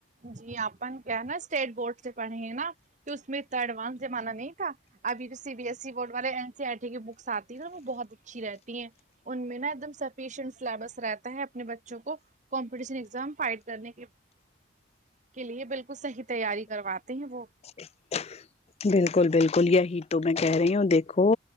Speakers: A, on the right; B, on the left.
A: جی اپن کیا ہے نا اسٹیٹ بورڈ سے پڑھیں ہیں نا تو اس میں اتنا ایڈوانس جمانہ نہیں تھا ابھی جو C B S C board والے این سی آر ٹی کی بکس آتی ہیں نا وہ بہت اچھی رہتی ہیں ان میں نا ایک دم سفیشنٹ سلیبس رہتا ہے اپنے بچوں کو کمپٹیشن ایگزام فائٹ کرنے کے لیے بالکل صحیح تیاری کرواتے ہیں وہ
B: ج بالکل بالکل یہی تو میں کہہ رہی ہوں دیکھو